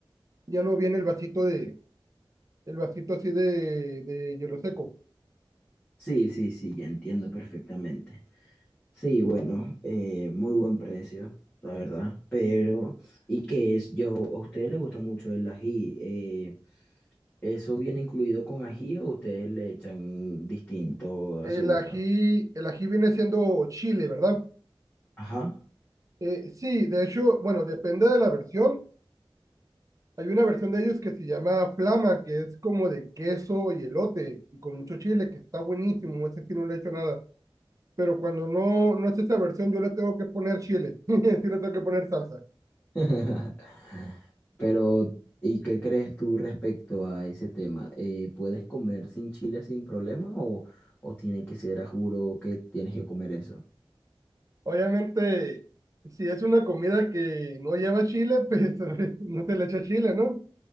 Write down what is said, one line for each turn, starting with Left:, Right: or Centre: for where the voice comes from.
Right: Ya no viene el vasito de, el vasito así de, de hielo seco.
Left: Sí, sí, sí, ya entiendo perfectamente. Sí, bueno, eh, muy buen precio, la verdad. Pero, ¿y qué es? Yo, ¿a ustedes les gusta mucho el ají? Eh, ¿eso viene incluido con ají o ustedes le echan distinto a
Right: El
Left: su gusto?
Right: ají, el ají viene siendo chile, ¿verdad?
Left: Ajá.
Right: Eh, sí, de hecho, bueno, depende de la versión. Hay una versión de ellos que se llama Flama, que es como de queso y elote, y con mucho chile, que está buenísimo. Ese sí no le he hecho nada. Pero cuando no, no es esa versión, yo le tengo que poner chile. <laughs> Sí le tengo que poner salsa.
Left: <laughs> Pero, ¿y qué crees tú respecto a ese tema? Eh, ¿puedes comer sin chile sin problema o, o tiene que ser a juro que tienes que comer eso?
Right: Obviamente, si es una comida que no lleva chile, pues <laughs> no se le echa chile, ¿no?